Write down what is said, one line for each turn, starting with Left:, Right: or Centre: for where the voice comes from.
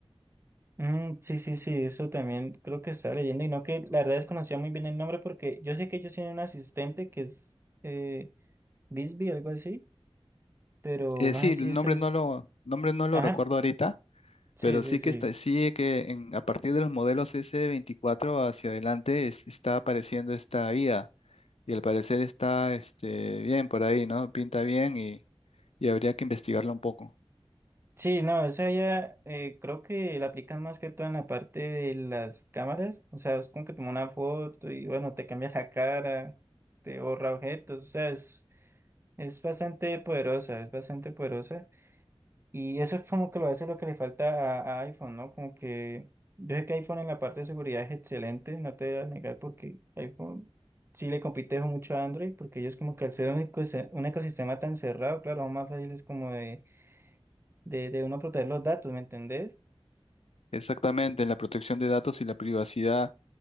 Right: Mm, sí, sí, sí, eso también creo que estaba leyendo y no que la verdad desconocía muy bien el nombre porque yo sé que ellos tienen un asistente que es eh, Bixby, algo así pero
Left: Eh,
Right: no
Left: sí,
Right: sé si
Left: el
Right: eso
Left: nombre
Right: es...
Left: no lo, nombre no lo
Right: Ajá,
Left: recuerdo ahorita
Right: sí,
Left: Pero
Right: sí,
Left: sí
Right: sí.
Left: que está, sí que en- a partir de los modelos s veinticuatro hacia adelante es- está apareciendo esta IA y al parecer está este, bien por ahí, ¿no? Pinta bien y, y habría que investigarla un poco.
Right: Sí, no, esa ya eh, creo que la aplican más que todo en la parte de las cámaras. O sea, es como que toma una foto y bueno, te cambias la cara, te borra objetos. O sea, es, es bastante poderosa, es bastante poderosa. Y eso es como que lo- a veces lo que le falta a, a iPhone, ¿no? Como que yo sé que iPhone en la parte de seguridad es excelente, no te voy a negar porque iPhone sí le compite mucho a Android, porque ellos como que al ser un ecose- un ecosistema tan cerrado, claro, aún más fácil es como de, de, de uno proteger los datos, ¿me entendés?
Left: Exactamente, en la protección de datos y la privacidad